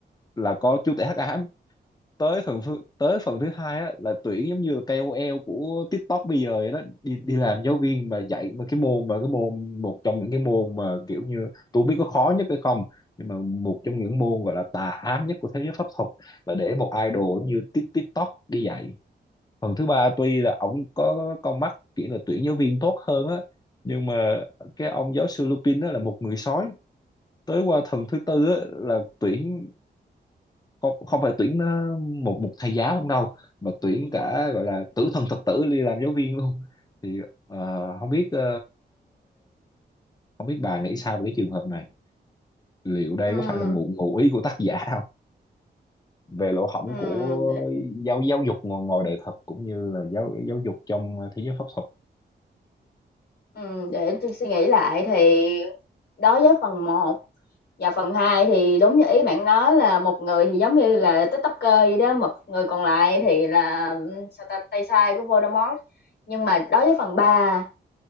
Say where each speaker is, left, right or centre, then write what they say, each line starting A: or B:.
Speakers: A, on the left; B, on the left.
A: là có chú tể hắc ám tới phần phu- tới phần thứ hai á là tuyển giống như KOL của TikTok bây giờ vậy đó đi đi làm giáo viên mà dạy mà cái môn mà cái môn một trong những cái môn mà kiểu như tôi không biết có khó nhất hay không nhưng mà một trong những môn gọi là tà ám nhất của thế giới pháp thuật là để một idol như Tik- TikTok đi dạy phần thứ ba tuy là ổng có con mắt kiểu là tuyển giáo viên tốt hơn á nhưng mà cái ông giáo sư Lupin đó là một người sói tới qua thần thứ tư á, là tuyển không không phải tuyển nó một một thầy giáo không đâu mà tuyển cả gọi là tử thần thực tử đi làm giáo viên luôn thì ờ, không biết ờ, không biết bà nghĩ sao về cái trường hợp này liệu đây
B: Ừm,
A: có phải là ngụ ngụ ý của tác giả không về lỗ hổng
B: ừm,
A: của
B: để,
A: giáo giáo dục ngoài, ngoài đời thật cũng như là giáo giáo dục trong thế giới pháp thuật
B: ừm, để tui suy nghĩ lại thì đối với phần một và phần 2 thì đúng như ý bạn nói là một người thì giống như là TikToker vậy đó, một người còn lại thì là, ừm, sao ta, tay sai của Voldemort. Nhưng mà đối với phần ba